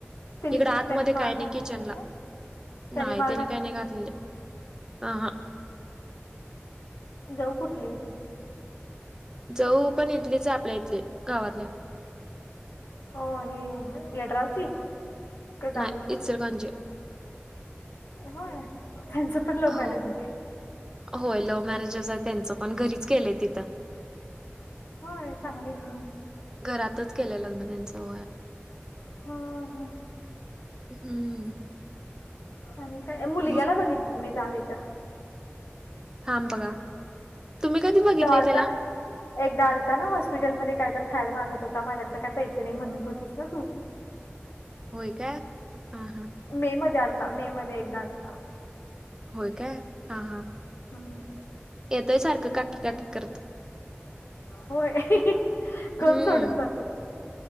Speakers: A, on the left; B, on the right.
A: त्यांनी
B: इकडं आतमध्ये
A: त्यांनी माळ
B: काय नाही
A: घातली
B: किचनला,
A: का त्यांनी
B: नाही
A: माळ
B: त्यानी
A: घातली
B: काय नाही घातलेले. ह हा.
A: जाऊ कुठली आहे तुझी?
B: जावु पण इतलीच आहे आपल्या इथली गावातली.
A: हो हे यडरावची. काय जांभळीची?
B: नाही इचलकरंजी
A: होय, त्यांचं पण लव
B: हो
A: मॅरेज आहे काय?
B: होय लव्ह मॅरेजच आहे त्यांचं पण घरीच केलंय तिथं.
A: होय चांगलं आहे की म.
B: घरातच केलंय लग्न त्यांच होय.
A: हा
B: हम्म.
A: आणि काय? मुलग्याला
B: मग
A: बघितलंय मी जावेच्या.
B: हांम बघा. तुम्ही कधी बघितलंय
A: तो आलता
B: त्याला
A: ना. एकदा आलता ना हॉस्पिटलमध्ये काहीतरी खायला मागत होता, माझ्याकडे काय पैसे नाही म्हणत होतीस ना तू.
B: होय काय. हा, हा.
A: मे मध्ये आलता. मे मध्ये एकदा आलता.
B: होय काय. हा, हा.
A: हम्म.
B: येतोय सारखं
A: हं
B: काकी काकी करत
A: होय. कोण
B: हम्म
A: सोडून जा